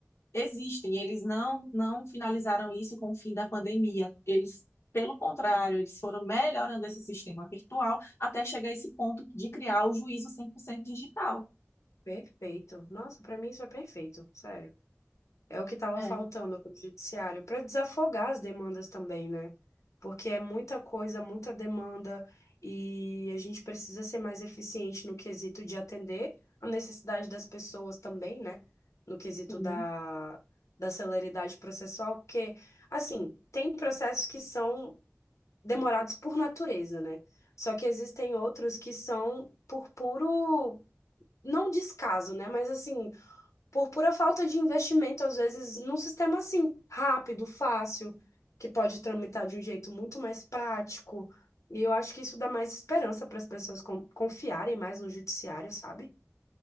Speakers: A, on the left (about 60°); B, on the left (about 85°).
A: existem. Eles não, não finalizaram isso com o fim da pandemia. Eles, pelo contrário, eles foram melhorando esse sistema virtual até chegar a esse ponto de criar o juízo 100% digital.
B: perfeito. Nossa, pra mim isso é perfeito, sério. É o que estava
A: É,
B: faltando para o judiciário, para desafogar as demandas também, né? Porque é muita coisa, muita demanda, e a gente precisa ser mais eficiente no quesito de atender a necessidade das pessoas também, né? No quesito
A: sim.
B: da, da celeridade processual, porque, assim, tem processos que são demorados por natureza, né? Só que existem outros que são por puro, não descaso, né? Mas assim por pura falta de investimento, às vezes, num sistema assim, rápido, fácil, que pode tramitar de um jeito muito mais prático. E eu acho que isso dá mais esperança para as pessoas con- confiarem mais no judiciário, sabe?